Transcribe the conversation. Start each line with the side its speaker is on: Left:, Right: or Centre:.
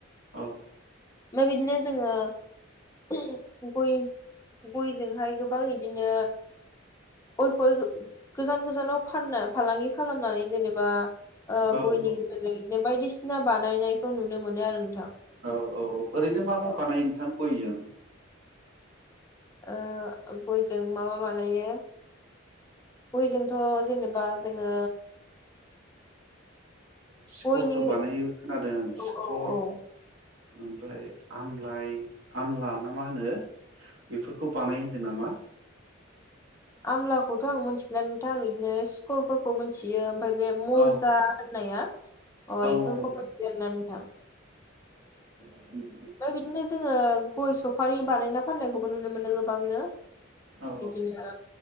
Right: औ
Left: ओमफ्राय बिदिनो जोङो गय गयजोंहाय गोबां इदिनो गयखौ गोजान गोजानाव फाननो फालांगि खालामनानै जेनेबा ओ
Right: औ
Left: गयनि गेजेरजों इदिनो बायदिसिना ना बानायनायखौ नुनो मोनो आरो नोंथां।
Right: औ-औ ओरैनो मा मा
Left: ओ
Right: बानायो नोंथां गयजों।
Left: ओ गयजों मा मा बानायो गयजोंथ जेनेबा जोङो
Right: सिखरफोर
Left: गयनि
Right: बानायो खोनादों आंङो
Left: औ
Right: सिखर
Left: औ
Right: ओमफ्राय आमलाइ आमला ना मा होनो बेफोर बानायो होनदों नामा ।
Left: आमलाखौथ आं मिथिनानै नोंथां आं इदिनो सुखरफोरखौ मिथियो ओमफ्राय बे मजा
Right: औ
Left: होननाया अ
Right: औ
Left: इफोरखौ
Right: औ
Left: मिथियो नोंथां।
Right: उम
Left: ओमफ्राय बिदिनो जोङो गय सफारि बानायना फाननायखौबो नुनो मोनो गोबांनो।
Right: औ
Left: इदिनो